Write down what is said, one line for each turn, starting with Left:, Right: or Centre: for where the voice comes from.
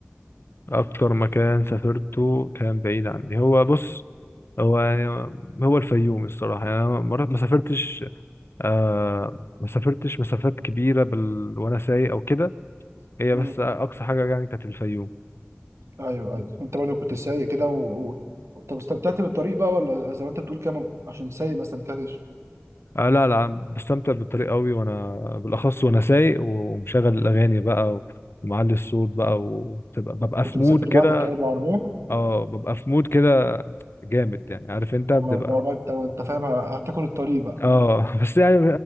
Left: اكتر مكان سافرته كان بعيد عني هو بص هو يعني هو الفيوم الصراحه يعني انا مرات ما سافرتش آه ما سافرتش مسافات كبيره بال... وانا سايق او كده هي
Right: عنك؟
Left: بس اقصى حاجه يعني كانت الفيوم
Right: ايوه ايوه انت برضه كنت سايق كده و... و... طب استمتعت بالطريق بقى ولا زي ما انت بتقول كده عشان سايق ما استمتعتش
Left: آه لا لا أنا بستمتع بالطريق قوي وانا بالاخص وانا سايق ومشغل الاغاني بقى و... ومعلي الصوت بقى وببقى ببقى
Right: كنت
Left: في
Right: مسافر
Left: مود
Right: لوحدك
Left: كده
Right: يعني بالعربيه
Left: اه ببقى في مود كده جامد يعني عارف انت بتبقى
Right: اما اللي هو بقى انت انت فاهم هتاكل الطريق بقى
Left: اه <laughs> بس يعني